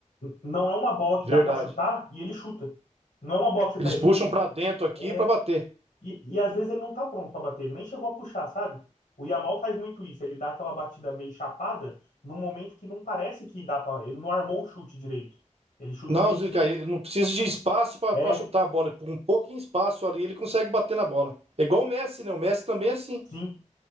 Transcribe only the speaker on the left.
não é uma bola
que dá pra chutar e ele chuta. Não é uma bola que você
tá, ele
não
é
e, e às vezes ele não tá pronto pra bater, ele nem chegou a puxar, sabe? O Yamal faz muito isso, ele dá aquela batida meio chapada num momento que não parece que dá pra. ele não armou o chute direito. Ele chuta
meio
que
é,
sim.